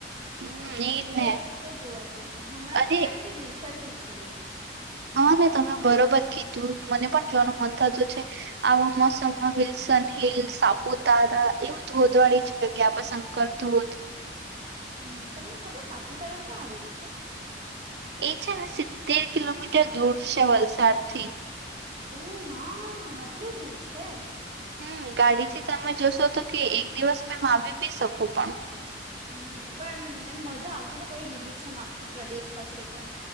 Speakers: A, on the right; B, on the right.
A: હમ
B: એજ
A: ને
B: તો જોવા જ છે હમણાં
A: અરે
B: તો એમ કે વિરસાા ખેચીએ
A: હા ને તમે બરોબર કીધું મને પણ જોવાનું મન થતું છે આવા મોસમમાં વિલ્સન હિલ સાપુતારા એ ગોદવાળ જ ગ્યાપ સંક ધોત
B: હમ તમને ખબર સાપુતારા ક્યાં આવેલું છે
A: એ છે ને સિત્તેર કિલોમીટર દૂર છે વલસાડ થી
B: ઓ માં આટલું દૂર છે
A: હમ ગાડીથી તમે જોશો તો કે એક દિવસ મેમ આવી બી શકો પણ
B: હમ પણ એમ મજા આવશે ને પડું લીલું છમ આખું પ્રદેશ હશે તો